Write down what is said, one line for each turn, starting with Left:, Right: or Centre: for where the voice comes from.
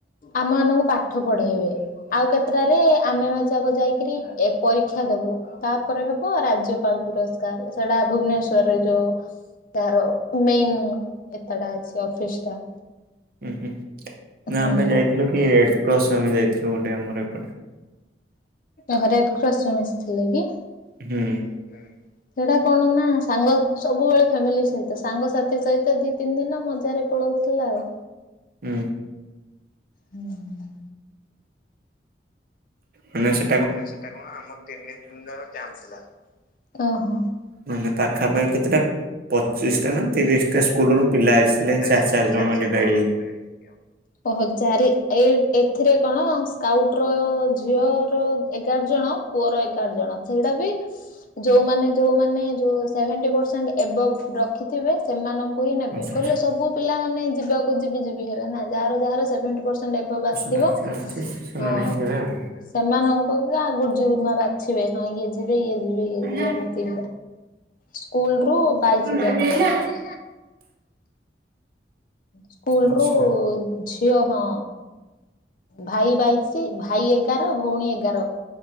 Left: ଆମ ମାନଙ୍କୁ ପାଠ ପଢେଇବେ। ଆଉ କେତେଟାରେ ଆମେ ଯାକ ଯାଇକିରି ଏ ପରୀକ୍ଷା ଦବୁ। ତାପରେ ହେବ ରାଜ୍ୟପାଳ ପୁରସ୍କାର ସେଟା ଭୁବନେଶ୍ଵରରେ ଯୋଉ ତାର ମେନ ଏତେଟା ଅଛି ଅଫିସ ଟା।
Right: ହୁଁ ହୁଁ ନା
Left: ହୁଁ।
Right: ଆମେ ଯାଇଥିଲୁ କି ରେଡକ୍ରସ ଆମେ ଯାଇଥିଲୁ ଗୋଟେ ଆମର ଏପଟେ
Left: ଓ ରେଡକ୍ରସରେ ମିଶିଥିଲେ କି?
Right: ହୁଁ।
Left: ହୁଁ। ସେଇଟା କଣ ନା ସାଙ୍ଗ ସବୁବେଳେ ଫ୍ୟାମିଲି ସହିତ ସାଙ୍ଗସାଥି ସହିତ ଦି ତିନିଦିନ ମଜାରେ ପଳଉଥି ଥିଲା ଆଉ।
Right: ହୁଁ।
Left: ହୁଁ।
Right: ମାନେ ସେ
Left: ମାନେ ସେଟା କଣ ଆମ ତିନି ଦିନର୍ୟାମ୍ପ ଥିଲା।
Right: ମାନେ ପାଖାପାଖି କେତେଟା ପଚିଶ ଟା ନା ତିରିଶ ଟା ସ୍କୁଲ ରୁ ପିଲା ଆସିଥିଲେ।
Left: ଆ ଚାର
Right: ଚାରି ଜଣ
Left: ଚାର
Right: ଡିଭାଇଡ
Left: ଜଣ ଯିବେ ହେଇକି ଆଉ। ଓହୋ ଚାରି ଏଇ ଏଥିରେ କଣ ସ୍କାଉଟ ର ଝିଅର ଏଗାର ଜଣ ପୁଅର ଏଗାର ଜଣ। ସେଇଟା ବି ଯୋଉମାନେ ଯୋଉମାନେ ଯୋଉ ସେଭେଣ୍ଟି ପରସେଣ୍ଟ ରଖି ଥିବେ ସେମାନଙ୍କୁ ହିଁ ନେବେ
Right: ଆଚ୍ଛା
Left: କହିଲେ ସବୁ ପିଲାମାନେ ଯିବାକୁ ଯିବି ଯିବି ହେବେ ନା ଯାହାର ଯାହାର ସେବେନଟି ପେରସେଣ୍ଟ ନେବାକୁ ଆସିଥିବ
Right: ସେଟା କିଛି ଅଛି, ସେମାନେ
Left: ହଁ।
Right: ହିଁ ଯିବେ ଆଉ।
Left: ସେମାନଙ୍କ ଗୁରୁଜି ଗୁରୁମା ବାଛିବେ ହଁ ଇଏ ଯିବେ ଇଏ ଯିବେ ଇଏ
Right: ହେଲା,
Left: ଯିବେ ଏମିତି। ସ୍କୁଲ ରୁ ବାଇଶି
Right: ଆଉ କଣ ନାହିଁ,
Left: ଜଣ ଲେଖାଏ।
Right: ଯାଇନା?
Left: ସ୍କୁଲ
Right: ଆଚ୍ଛା
Left: ରୁ ଝିଅ ହଁ। ଭାଇ ବାଇଶି ଭାଇ ଏଗାର ଭଉଣୀ ଏଗାର।